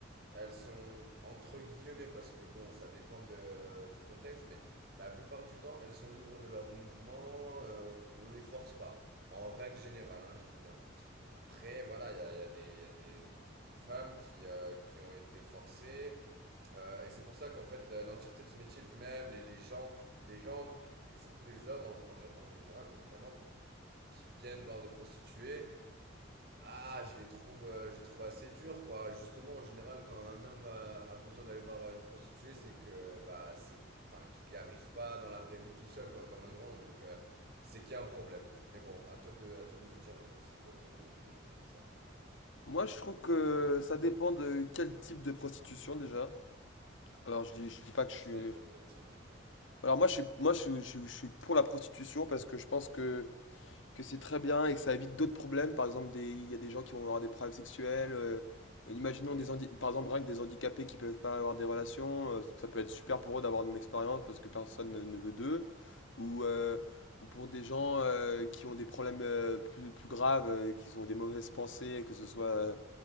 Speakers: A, on the right; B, on the left.
A: Elles sont entre guillemets parce que bon, ça dépend de- du contexte, mais la plupart du temps, elles sont libres de leurs mouvements, euh, on, on les force pas. En règle générale, hein, je dis bien. Après, voilà, il y a, il y a des, il y a des femmes qui, euh, qui ont été forcées, euh, et c'est pour ça qu'en fait, la- l'entièreté de ce métier, puis même les, les gens, les gens, les- surtout les hommes en, en gé- en règle générale, bien évidemment, qui viennent voir des prostituées, ah, je les trouve, euh, je les trouve assez durs, quoi. Justement, en général, quand un homme va- a besoin d'aller voir une prostituée, c'est que, bah, c'est, enfin, qu'il n'y arrive pas dans la vraie vie tout seul, quoi, comme un grand. Donc, euh, c'est qu'il y a un problème. Mais bon, à toi de, à toi de me dire un peu c'est quoi t- ton opinion vis-à-vis de ça.
B: Moi, je trouve que ça dépend de quel type de prostitution déjà. Alors, je dis, je dis pas que je
A: C'est-à-dire
B: suis
A: quel type
B: Alors moi je suis, moi, je, suis- je, suis je suis pour la prostitution parce que je pense que, que c'est très bien et que ça évite d'autres problèmes. Par exemple, des, il y a des gens qui vont avoir des problèmes sexuels. euh, imaginons
A: Oui.
B: des handi- par exemple rien que des handicapés qui peuvent pas avoir des relations. euh, ça peut être super pour eux d'avoir une expérience parce que personne ne, ne veut d'eux. Ou,
A: Mm.
B: euh, ou pour des gens euh, qui ont des problèmes euh, plus, plus graves, euh, qui ont des mauvaises pensées, que ce soit euh,